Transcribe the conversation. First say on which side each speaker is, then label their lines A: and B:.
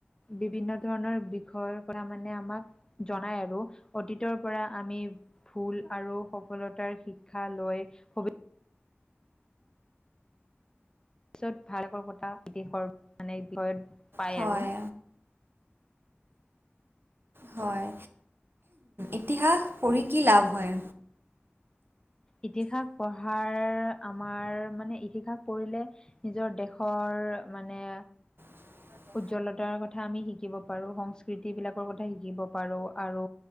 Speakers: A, on the left; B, on the right.
A: বিভিন্ন ধৰণৰ বিষয়ৰ পৰা মানে আমাক। জনাই আৰু অতীতৰ পৰা আমি ভুল আৰু সফলতাৰ শিক্ষা সুবি পিছত ভালকৰ কথা বিদেশৰ মানে বিষয়ত। পায়
B: হয়।
A: আৰু
B: হয়। ইতিহাস পঢ়ি কি লাভ হয়?
A: ইতিহাস পঢ়াৰ। আমাৰ মানে ইতিহাস পঢ়িলে নিজৰ দেশৰ মানে।
B: <unintelligible>
A: উজ্জ্বলতাৰ কথা আমি শিকিব পাৰোঁ, সংস্কৃতিবিলাকৰ কথা শিকিব পাৰোঁ আৰু